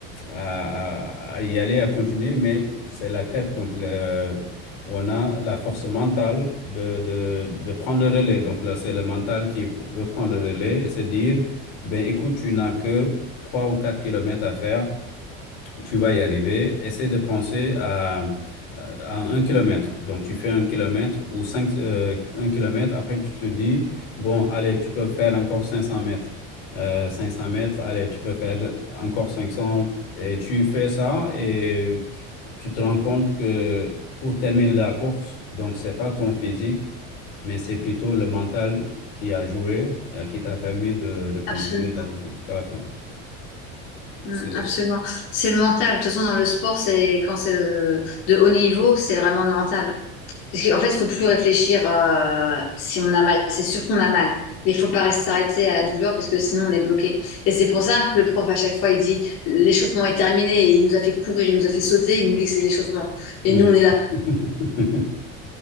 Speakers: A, on the left; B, on the left.
A: à, à- à y aller, à continuer, mais c'est la tête. Donc, le- on a la force mentale de, de, de prendre le relais. Donc là, c'est le mental qui reprend le relais et se dire, ben écoute, tu n'as que 3 ou 4 kilomètres à faire, tu vas y arriver. Essaie de penser à, à 1 km. Donc, tu fais un kilomètre ou 5, un kilomètre. Après, tu te dis, bon, allez, tu peux faire encore 500 mètres. Euh, cinq cents mètres, allez, tu peux faire encore 500. Et tu fais ça et tu te rends compte que pour terminer la course, donc, c'est pas ton physique, mais c'est plutôt le mental qui a joué, euh, qui t'a permis de, de continuer
B: Absolument,
A: d'aller jusqu'à la fin.
B: Mm,
A: C'est-
B: absolument. C'est le mental. De toute façon, dans le sport, c'est quand c'est le- de haut niveau, c'est vraiment le mental. Parce qu'en fait, il faut plus réfléchir euh, si on a mal. C'est sûr qu'on a mal. Mais il faut pas rester s'arrêter à la douleur parce que sinon on est bloqué. Et c'est pour ça que le prof, à chaque fois, il dit l'échauffement est terminé. Et il nous a fait courir, il nous a fait sauter, il nous dit que c'est l'échauffement.
A: Oui.
B: Et nous, on est là.
A: <laughs>